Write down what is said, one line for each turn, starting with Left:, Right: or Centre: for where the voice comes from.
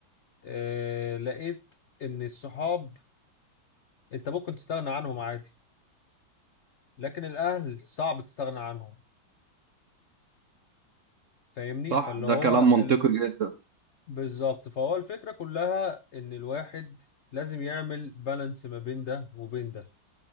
Left: آه، لقيت ان الصحاب انت ممكن تستغنى عنهم عادي لكن الاهل صعب تستغنى عنهم فاهمني
Right: صح
Left: فاللي
Right: ده
Left: هو
Right: كلام منطقي
Left: ال...
Right: جدا
Left: بالظبط فهو الفكرة كلها ان الواحد لازم يعمل بالانس ما بين ده وبين ده